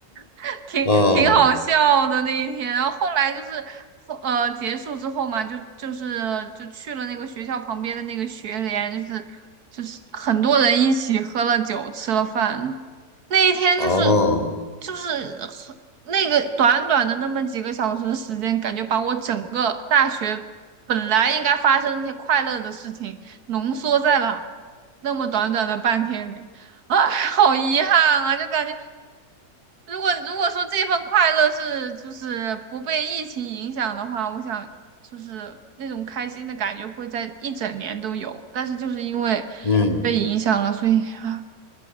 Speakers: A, on the right; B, on the left.
A: <laughs> 挺挺好笑的那一天。
B: 哦
A: 然后后来就是后呃结束之后嘛，就就是就去了那个学校旁边的那个学联，就是就是很多人一起喝了酒，吃了饭。那一天就是
B: 哦，
A: 就是那个短短的那么几个小时的时间，感觉把我整个大学本来应该发生的一些快乐的事情，浓缩在了那么短短的半天里。哎，好遗憾啊！就感觉如果如果说这份快乐是就是不被疫情影响的话，我想就是那种开心的感觉会在一整年都有，但是就是因为
B: 嗯，
A: 被影响了，所以啊。